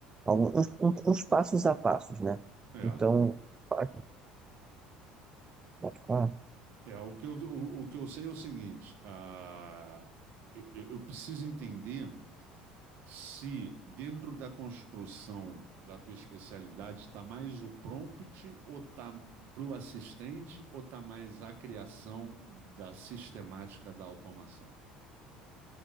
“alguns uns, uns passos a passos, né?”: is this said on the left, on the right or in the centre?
Right